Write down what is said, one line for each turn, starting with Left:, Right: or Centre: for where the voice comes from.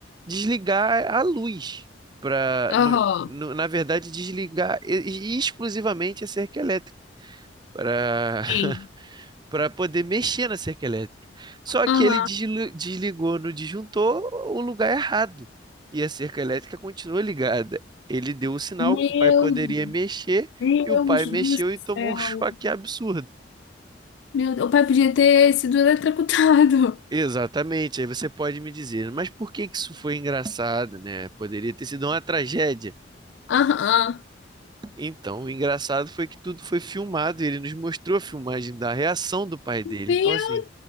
Right: desligar a luz para,
Left: Aham.
Right: na verdade, desligar e- e exclusivamente a cerca elétrica para <laughs>
Left: Sim.
Right: para poder mexer na cerca elétrica. Só
Left: Aham.
Right: que ele desli- desligou no disjuntor o lugar errado e a cerca elétrica continuou ligada. Ele deu o sinal
Left: Meu
Right: que o pai poderia mexer
Left: Deus
Right: e o pai mexeu
Left: do
Right: e tomou
Left: céu.
Right: um <laughs> choque absurdo.
Left: Meu Deus, o pai podia ter sido eletrocutado.
Right: Exatamente, aí você pode me dizer, mas por que que isso foi engraçado, né? Poderia ter sido uma tragédia.
Left: <laughs> Aham.
Right: Então, o engraçado foi que tudo foi filmado, e ele nos mostrou a filmagem da reação do pai dele.
Left: Meu
Right: Então, assim,